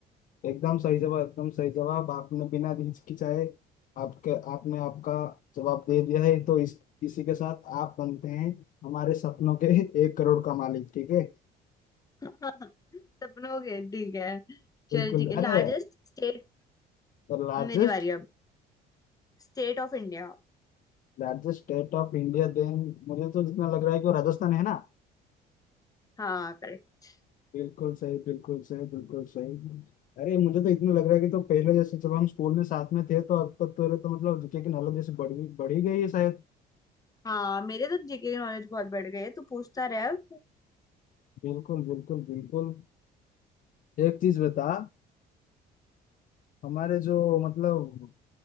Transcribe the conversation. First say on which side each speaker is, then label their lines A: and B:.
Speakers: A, on the left (about 50°); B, on the left (about 20°).
A: एकदम सही जवाब एकदम सही जवाब आपने बिना हिचकिचाए आपके आपने आपका जवाब दे दिया है तो इस इसी के साथ आप बनते हैं हमारे सपनों के <laughs> एक करोड़ का मालिक ठीक है
B: <laughs> सपनों के ठीक है चल
A: बिल्कुल
B: ठीक है लार्जेस्ट
A: अरे
B: स्टेट
A: the largest
B: मेरी बारी अब State of India
A: largest state of India then मुझे तो जितना लग रहा है कि वो राजस्थान है ना
B: हाँ करेक्ट
A: बिल्कुल सही बिल्कुल सही बिल्कुल सही अरे मुझे तो इतना लग रहा है कि तो पहले जैसे जब हम स्कूल में साथ में थे तो अब तक तो, तो मतलब जीके की नॉलेज जैसे बढ़ गई बढ़ ही गई है शायद
B: हाँ मेरे तो जीके की नॉलेज बहुत बढ़ गई है तू पूछता रहे अब
A: बिल्कुल बिल्कुल बिल्कुल एक चीज बता हमारे जो मतलब